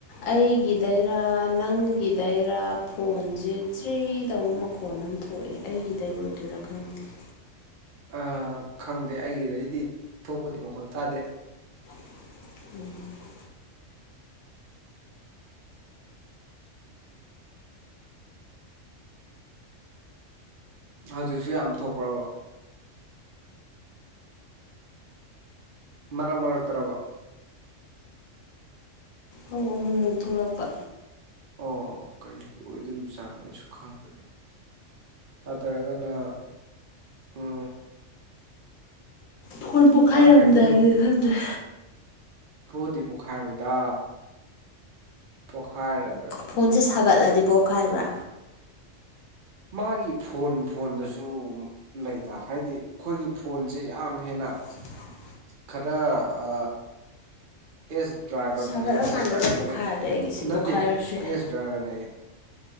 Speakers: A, on the left; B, on the right.
A: ꯑꯩꯒꯤꯗꯔꯥ ꯅꯪ ꯑꯩ ꯒꯤꯗꯩꯔ ꯐꯣꯟꯁꯦ ꯆ꯭ꯔꯤ ꯇꯧꯕ ꯃꯈꯣꯟ ꯑꯃ ꯊꯣꯛꯑꯦ ꯑꯩꯒꯤꯗꯩ ꯑꯣꯏꯗꯣꯏꯔꯥ ꯈꯪꯗꯦ <inaudible>
B: ꯑ ꯈꯪꯗꯦ ꯑꯩꯒꯤꯗꯩꯗꯤ ꯊꯣꯛꯄꯗꯤ ꯃꯈꯣꯟ ꯇꯥꯗꯦ
A: ꯎꯝ
B: ꯍꯧꯖꯤꯛꯁꯨ ꯌꯥꯝ ꯊꯣꯛꯈ꯭ꯔꯕ ꯃꯔꯛ ꯃꯔꯛꯇꯕ
A: ꯑꯧ ꯑꯃꯨꯛ ꯑꯃꯨꯛ ꯊꯣꯛꯂꯛꯄ
B: ꯑꯣ ꯀꯔꯤ ꯑꯣꯏꯗꯣꯔꯤꯕꯖꯥꯠꯅꯣ ꯑꯩꯁꯨ ꯈꯪꯗꯔꯤꯅꯦ ꯑ ꯇꯔꯒꯅ ꯎ
A: ꯐꯣꯟ ꯄꯣꯛꯈꯥꯏꯔꯝꯗꯥꯏꯒꯤꯗ
B: ꯀꯩꯅꯣ
A: ꯈꯪꯗ꯭ꯔꯦ
B: ꯄꯣꯗꯤ ꯄꯣꯈꯥꯏꯔꯣꯏꯗ ꯄꯈꯥꯏꯔꯒ
A: ꯐꯣꯟꯁꯦ ꯁꯥꯒꯠꯂꯗꯤ ꯄꯣꯛꯈꯥꯏꯕ꯭ꯔꯥ
B: ꯃꯥꯒꯤ ꯐꯣꯟ ꯐꯣꯟꯗꯁꯨ ꯂꯩꯗ ꯍꯥꯏꯗꯤ ꯑꯩꯈꯣꯏꯒꯤ ꯐꯣꯟꯁꯦ ꯌꯥꯝ ꯍꯦꯟꯅ
A: <inaudible>
B: ꯈꯔ ꯑ ꯑꯦ ꯗ꯭ꯔꯥꯒꯟ
A: ꯁꯥꯒꯠꯂꯀꯥꯟꯗꯒ
B: ꯍꯥꯏꯕ꯭ꯔꯥ ꯀꯔꯤ
A: ꯄꯣꯛꯈꯥꯏꯔꯗꯤ
B: ꯀꯔꯤ
A: ꯑꯩꯒꯤꯁꯦ
B: ꯅꯠꯇꯦ
A: ꯄꯣꯛꯈꯥꯏꯕꯁꯨ ꯌꯥꯏ
B: ꯑꯦꯁ ꯗ꯭ꯔꯥꯒꯟ ꯍꯥꯏꯌꯦ